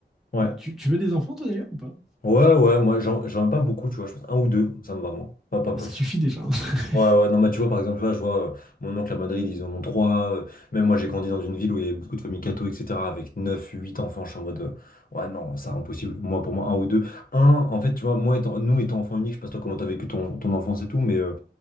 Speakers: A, on the left; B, in the centre.
A: Ouais.
B: Euh, tu, tu veux des enfants toi d'ailleurs ou pas?
A: Ouais, ouais, moi j'en j'en ai pas beaucoup, tu vois, je pense un ou deux, ça me va, moi. Pas, pas Ouais.
B: Oh,
A: plus.
B: ça suffit déjà. hein. <laughs>
A: Ouais, ouais, non, mais tu vois, par exemple, là, je vois euh, mon oncle à Madrid, ils en ont trois. euh, même moi, j'ai grandi dans une ville où il y avait beaucoup de familles catho, etc., avec 9 8 enfants, je suis en mode, euh, ouais, non, ça, impossible. Moi, pour moi, un ou deux. Un, en fait, tu vois, moi, étant, nous, étant enfants uniques, je sais pas toi comment t'as vécu ton, ton enfance et tout, mais euh,